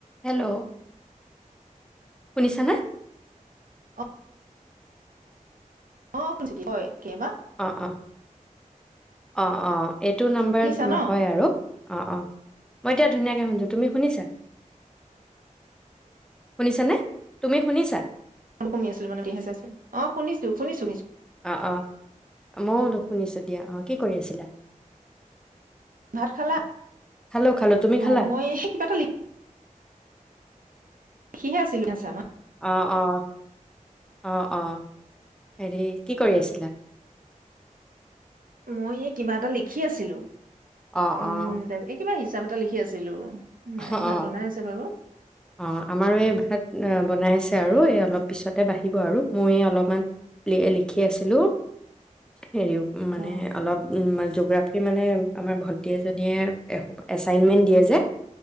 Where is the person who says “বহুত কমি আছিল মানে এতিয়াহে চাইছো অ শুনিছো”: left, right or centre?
Right